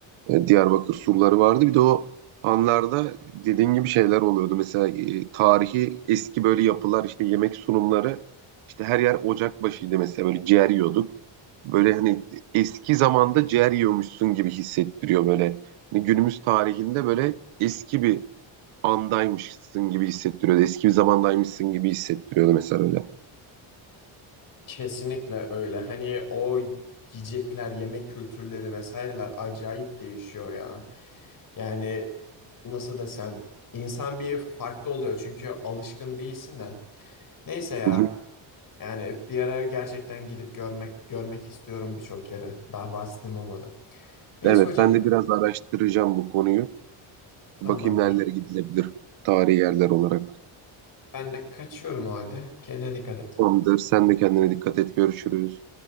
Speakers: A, on the right; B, on the left.
A: e, Diyarbakır surları vardı. Bir de o anlarda dediğin gibi şeyler oluyordu. Mesela e, tarihi eski böyle yapılar işte yemek sunumları işte her yer ocak başıydı mesela böyle ciğer yiyorduk. Böyle hani eski zamanda ciğer yiyormuşsun gibi hissettiriyor böyle. Hani günümüz tarihinde böyle eski bir andaymışsın gibi hissettiriyordu. Eski bir zamandaymışsın gibi hissettiriyordu mesela öyle.
B: Kesinlikle öyle. Hani o yiyecekler, yemek kültürleri vesaireler acayip değişiyor ya. Yani nasıl desem insan bir farklı oluyor çünkü alışkın değilsin de. Neyse ya.
A: Hı hı.
B: Yani bir ara gerçekten gidip görmek görmek istiyorum birçok yeri. Daha vaktim olmadı. Neyse
A: Evet,
B: hocam,
A: ben de biraz araştıracağım bu konuyu.
B: tamamdır.
A: Bakayım nerelere gidilebilir tarihi yerler olarak.
B: Ben de kaçıyorum o halde. Kendine dikkat et.
A: Tamamdır. Sen de kendine dikkat et. Görüşürüz.